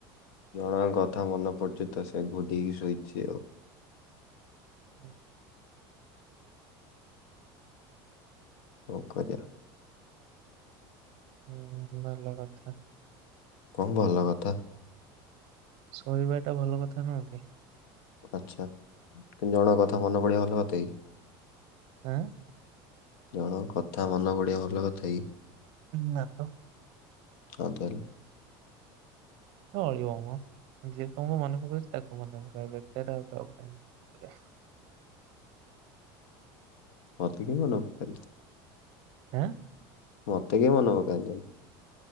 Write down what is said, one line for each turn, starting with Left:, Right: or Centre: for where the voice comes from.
Left: ଜଣଙ୍କ କଥା ମନେ ପଡୁଚି ତ ଶୋଇଲି ଉଠିକି ଶୋଇଚି ଆଉ।
Right: <inaudible>
Left: କଣ କରିବା
Right: ହୁଁ ଭଲ କଥା।
Left: କଣ ଭଲ କଥା
Right: ଶୋଇବା ଟା ଭଲ କଥା ନୁହଁ କି।
Left: ଆଛା କିନ୍ତୁ ଜଣଙ୍କ କଥା ମନେ ପଡିବା ଭଲ କଥା କି
Right: ଆଁ
Left: ଜଣଙ୍କ କଥା ମନ ପଡିବା ଭଲ କଥା କି
Right: ନା ତ
Left: ଆଉ ତାହେଲେ
Right: ଚଳିବ ମ ଯିଏ ତମକୁ ମନେ ପକୋଉଛି ତାକୁ ମନେ ପକାଅ ବେକାର ରେ ଆଉ କାହାକୁ କାଇଁ
Left: ମତେ କିଏ <unintelligible>
Right: ଆଁ
Left: ମୋତେ କିଏ ମନେ ପକାନ୍ତିନି।